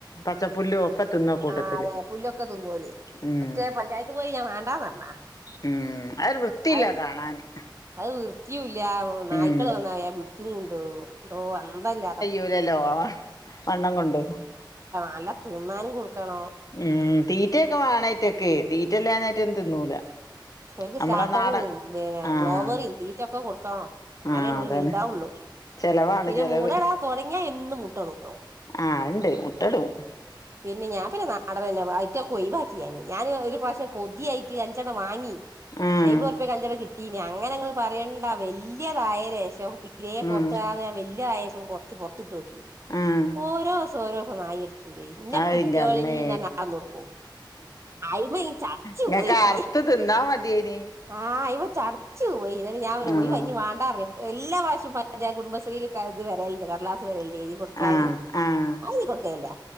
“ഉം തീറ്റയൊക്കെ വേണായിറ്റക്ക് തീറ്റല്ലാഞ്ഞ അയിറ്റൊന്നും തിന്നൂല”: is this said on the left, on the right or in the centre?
Left